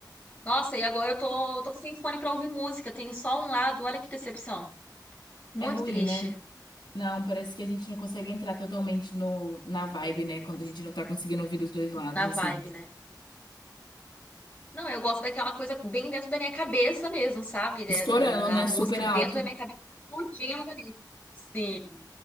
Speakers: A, on the left; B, on the left.
A: Nossa, e agora eu tô, tô sem fone pra ouvir música, eu tenho só um lado, olha que decepção. Muito
B: É ruim,
A: triste.
B: né? Não, parece que a gente não consegue entrar totalmente no, na vibe,
A: Sim.
B: né? Quando a gente não tá conseguindo ouvir dos dois lados,
A: Na
B: assim.
A: vibe, né? Não, eu gosto daquela coisa bem dentro da minha cabeça mesmo, sabe? Da,
B: Estourando,
A: da- da
B: né?
A: música
B: Super
A: dentro
B: alto.
A: da minha cabeça, explodindo ali. Sim,